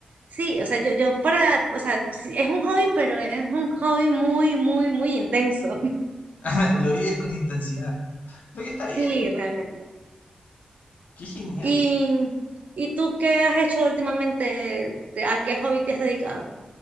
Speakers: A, on the right (about 65°); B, on the left (about 75°).
A: Sí, o sea, yo, yo para, o sea, sí, es un hobby, pero es un hobby muy, muy, muy intenso. <laughs>
B: <laughs> lo vives con intensidad. Lo que está
A: Sí,
B: bien.
A: realmente.
B: Qué genial.
A: ¿Y, y tú qué has hecho últimamente? ¿Te- ¿A qué hobby te has dedicado?